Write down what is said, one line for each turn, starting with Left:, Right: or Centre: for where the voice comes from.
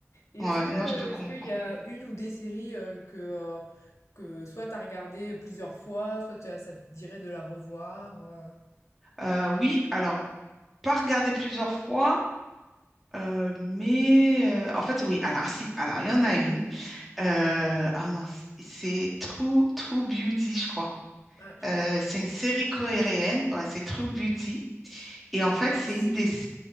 Left: Et
Centre: Ouais,
Left: est-ce que
Centre: non, je te comprends.
Left: est-ce qu'il y a une ou des séries euh, que euh, que soit t'as regardé plusieurs fois, soit tu as- ça te dirait de la revoir. euh.
Centre: Euh, oui, alors, pas regarder plusieurs fois, euh, mais euh, en fait, oui, alors, si, alors, il y en a une. Euh, ah mince, c'est True, True Beauty, je crois.
Left: Ah je
Centre: Euh,
Left: connais pas.
Centre: c'est une série coréenne, ouais, c'est True Beauty. Et en fait,
Left: Ah
Centre: c'est
Left: si.
Centre: une des.